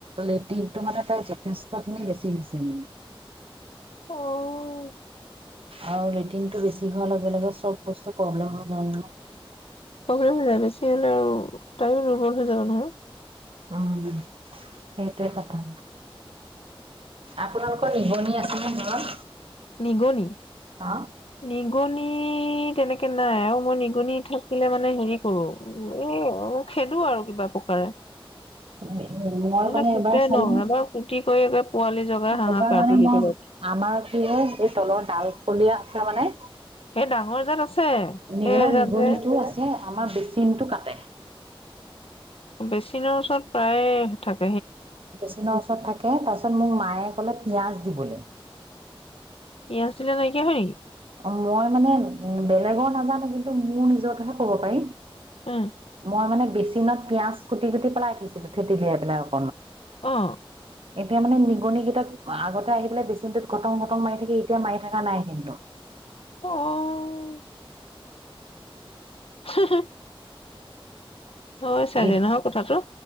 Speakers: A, on the right (about 75°); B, on the left (about 80°).
A: লেটিটো মানে তাৰ যথেষ্ট খিনি বেছি হৈছে মানে।
B: অঁ
A: আৰু লেট্ৰিনটো বেছি হোৱাৰ লগে লগে চব বস্তু প্ৰব্লেম হৈ যায় নহয়।
B: প্ৰব্লেম হৈ যায় বেছি হলে আৰু তয়ো দুৰ্বল হৈ যাবি নহয়।
A: উম সেইটোৱে কথা। আপোনালোকৰ নিগনি আছে নে ঘৰত?
B: নিগনি,
A: অ
B: নিগনি ই তেনেকে নাই আৰু মই নিগনি থাকিলে মানে হেৰি কৰো, এ ম খেদো আৰু কিবা প্ৰকাৰে।
A: মই
B: নহ'লে
A: মানে
B: কুটে
A: এবাৰ চালো,
B: ন এবাৰ কুটি কৰি একে পোৱালি জগাই হাহাকাৰটো
A: এবাৰ মানে
B: দি
A: মই
B: থাকে
A: আমাৰ কি হয় এই তলৰ ডাল পলিয়া আছে মানে
B: সেই ডাঙৰ জাত আছে
A: নিগ-নিগলিতটো
B: সেই এজাত যে
A: আছে আমাৰ বেচিনটো কাটে।
B: বেছিনৰ ওচৰত প্ৰায়ে থাক
A: বেচিনৰ ওচৰত থাকে, তাৰ পিছত মোৰ মায়ে ক'লে পিঁয়াজ িবোলে
B: পিয়াঁজ দিলে নাইকিয়া হয় নেকি?
A: অঁ মই মানে বেলেগৰ নাজানো কিন্তু মোৰ নিজৰতোহে কব পাৰিম।
B: উ
A: মই মানে বেচিনত পিঁয়াজ কুটি-কুটি পেলাইঠছিলোঁ থেটিলিয়াই পেলাই অক
B: অঁ
A: এতিয়া মানে নিগনি কেইটাক আগতে আহি পেলাই বেছিনটোত কটং-কটং মাৰি থাকি এতিয়া মাৰি থাকা নাই কিন্তু।
B: অঁ হ হ হয় চাগে,
A: এই
B: নহয় কথাটো?